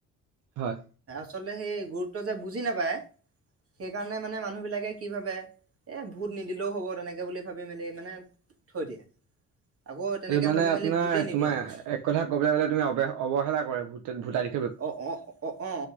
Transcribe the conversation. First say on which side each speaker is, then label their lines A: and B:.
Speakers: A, on the right; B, on the right.
A: হয়
B: আচলতে সেই গুৰুত্ব যে বুজি নাপায় সেইকাৰণে মানে মানুহ বিলাকে? কি ভাবে এ ভোট নিদিলেও হ'ব তেনেকে বুলি ভাবি মেলি মানে থৈ দিয়ে? আকৌ তেনেকে
A: এই মানে
B: ভাবি মেলি
A: আপোনাৰ
B: ভোটেই নিদিয়ে
A: তোমাৰ
B: মানে
A: এক কথা কবলৈ গ'লে তুমি অৱে অৱহেলা কৰে ভোট ভোটাধি?
B: অ অ অ অ অ